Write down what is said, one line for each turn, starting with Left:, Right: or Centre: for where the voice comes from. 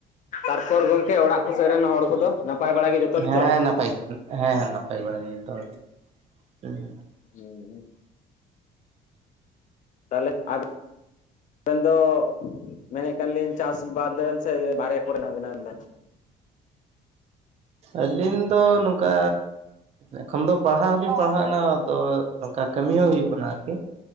Left: ᱛᱟᱨᱯᱚᱨ ᱜᱚᱝᱠᱮ ᱚᱲᱟᱜ ᱠᱚ ᱥᱮᱫ ᱨᱮᱱ ᱦᱚᱲ ᱠᱚᱫᱚ ᱱᱟᱯᱟᱭ ᱵᱟᱲᱟ ᱜᱮ ᱡᱚᱛᱚ ᱜᱮᱪᱚ?
Right: ᱦᱮᱸ ᱱᱟᱯᱟᱭ ᱦᱮᱸ ᱱᱟᱯᱟᱭ ᱵᱟᱲᱟ ᱜᱮ ᱡᱚᱛᱚ ᱦᱚᱲ ᱜᱮ ᱦᱮᱸ,
Left: ᱦᱩᱸ ᱦᱩᱸ ᱛᱟᱦᱚᱞᱮ ᱟᱨ ᱟᱵᱮᱱ ᱫᱚᱼᱼ ᱢᱮᱱᱮ ᱠᱟᱱ ᱞᱤᱧ ᱪᱟᱥ ᱵᱟᱫ ᱵᱮᱱ ᱥᱮ ᱵᱟᱨᱦᱮ ᱠᱚᱨᱮ ᱢᱮᱱᱟᱜ ᱵᱮᱱᱟ ᱟᱵᱤᱱ ᱫᱚ?
Right: ᱟᱹᱞᱤᱧ ᱫᱚ ᱱᱚᱝᱠᱟᱼᱼ ᱮᱠᱷᱚᱱ ᱫᱚ ᱯᱟᱲᱦᱟᱣ ᱦᱚᱸᱞᱤᱧ ᱯᱟᱲᱦᱟᱣ ᱠᱟᱱᱟ ᱟᱫᱚ ᱱᱚᱝᱠᱟ ᱠᱟᱹᱢᱤ ᱦᱚᱸ ᱦᱩᱭᱩᱜ ᱠᱟᱱᱟ ᱟᱨᱠᱤᱼᱼ